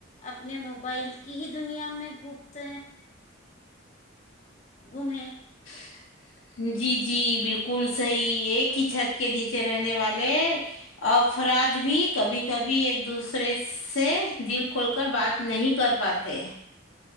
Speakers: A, on the left; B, on the left.
A: اپنے موبائل کی ہی دنیا میں گپت گم ہے
B: <inaudible> جی جی بالکل صحیح ایک ہی چھت کے نیچے رہنے والے افراد بھی کبھی کبھی ایک دوسرے سے دل کھول کر بات نہیں کر پاتے